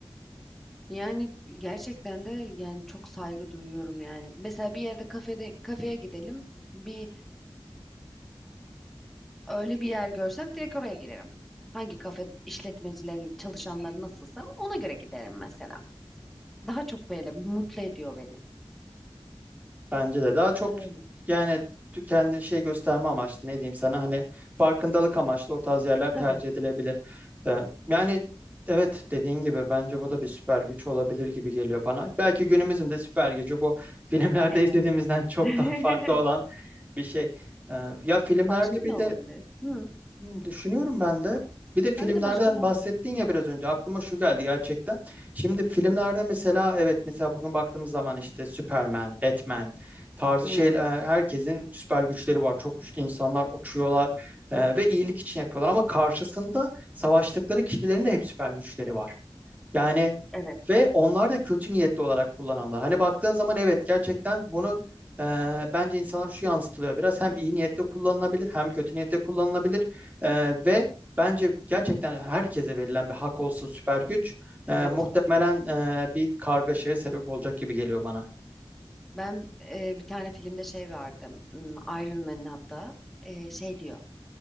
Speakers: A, in the centre; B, on the right.
A: Yani gerçekten de yani çok saygı duyuyorum yani. Mesela bir yerde kafede kafeye gidelim. Bir Öyle bir yer görsem direkt oraya girerim. Hangi kafe işletmecilerin çalışanları nasılsa ona göre giderim mesela. Daha çok böyle mutlu ediyor beni.
B: Bence de daha çok
A: Öyle.
B: yani kendi şey gösterme amaçlı ne diyeyim sana hani farkındalık amaçlı o tarz yerler
A: Tabii.
B: tercih edilebilir. Ee, yani evet dediğin gibi bence bu da bir süper güç olabilir gibi geliyor bana. Belki günümüzün de süper gücü bu <laughs> filmlerde
A: Evet.
B: izlediğimizden çok
A: <laughs>
B: daha farklı olan bir şey. Ee, ya filmlerde
A: Başka
B: bir
A: ne olabilir?
B: de
A: Hı.
B: Hmm, düşünüyorum ben de. Bir de filmlerden
A: Ben de başka ne
B: bahsettin
A: oldu?
B: ya
A: Hı.
B: biraz önce aklıma şu geldi gerçekten. Şimdi filmlerde mesela evet mesela bugün baktığımız zaman işte Superman, Batman tarzı
A: Hı.
B: şey e, herkesin süper güçleri var. Çok güçlü insanlar uçuyorlar e, ve iyilik için yapıyorlar ama karşısında savaştıkları kişilerin de hep süper güçleri var. Yani
A: Evet.
B: ve onlar da kötü niyetli olarak kullananlar. Hani baktığın zaman evet gerçekten bunu e, bence insanlar şu yansıtılıyor biraz. Hem iyi niyetle kullanılabilir hem kötü niyetle kullanılabilir. E, ve bence gerçekten herkese verilen bir hak olsa süper güç
A: Evet.
B: e, muhtemelen e, bir kargaşaya sebep olacak gibi geliyor bana.
A: Ben e, bir tane filmde şey vardı. Hmm, Iron Man'in hatta e, şey diyor.